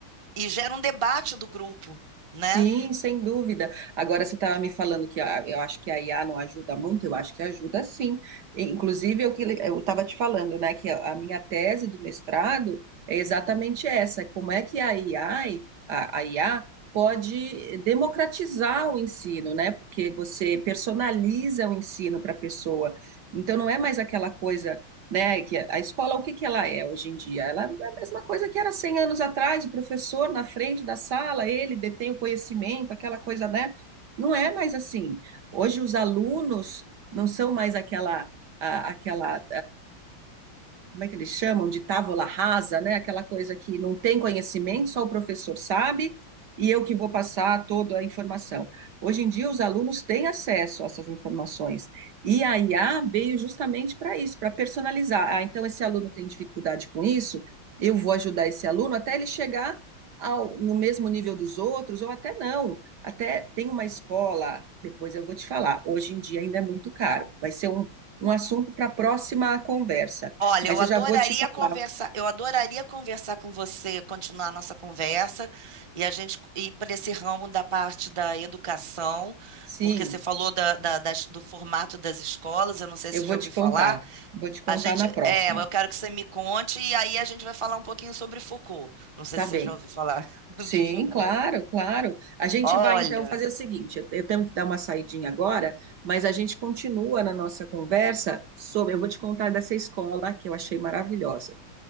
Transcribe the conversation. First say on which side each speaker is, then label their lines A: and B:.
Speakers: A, on the right; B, on the right.
A: e gera um debate do grupo. Né?
B: Sim, sem dúvida. Agora você estava me falando que a- eu acho que a IA não ajuda muito, eu acho que ajuda sim. E, Inclusive, eu que eu estava te falando, né, que a a minha tese do mestrado é exatamente essa, como é que a AI, a, a IA pode democratizar o ensino, né? Porque você personaliza o ensino para a pessoa. Então não é mais aquela coisa, né, que a a escola o que que ela é hoje em dia? é a mesma coisa que era 100 anos atrás, o professor na frente da sala, ele detém o conhecimento, aquela coisa, né? Não é mais assim. Hoje os alunos não são mais aquela a- aquela como é que eles chamam, de távola rasa, né? Aquela coisa que não tem conhecimento, só o professor sabe, e eu que vou passar toda a informação. Hoje em dia, os alunos têm acesso a essas informações, e a IA veio justamente para isso, para personalizar. Ah, então, esse aluno tem dificuldade com isso, eu vou ajudar esse aluno até ele chegar ao, no mesmo nível dos outros, ou até não. Até tem uma escola, depois eu vou te falar, hoje em dia ainda é muito caro, vai ser um, um assunto para a próxima conversa.
A: Olha,
B: Mas
A: eu
B: eu
A: adoraria
B: já vou te falar.
A: conversar, eu adoraria conversar com você, continuar a nossa conversa e a gente ir para esse ramo da parte da educação,
B: Sim,
A: porque você falou da- da- das- do formato das escolas, eu não sei
B: eu
A: se você
B: vou
A: já ouviu
B: te contar.
A: falar.
B: Vou te contar
A: A gente,
B: na próxima.
A: é, eu quero que você me conte e aí a gente vai falar um pouquinho sobre Foucault. Não sei
B: Tá
A: se
B: bem.
A: você já ouviu falar <laughs>
B: Sim,
A: de Foucault.
B: claro, claro. A gente
A: Olha,
B: vai então fazer o seguinte: eu eu tenho que dar uma saidinha agora, mas a gente continua na nossa conversa sobre. Eu vou te contar dessa escola que eu achei maravilhosa.